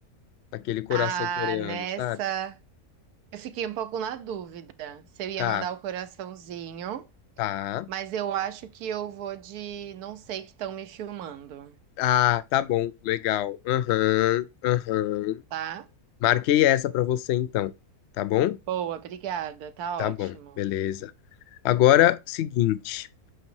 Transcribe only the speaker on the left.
aquele coração
coreano,
sabe?
Tá,
tá.
Ah, tá bom, legal. Aham, aham.
Marquei essa pra você então, tá bom?
Tá
bom, beleza. Agora, seguinte,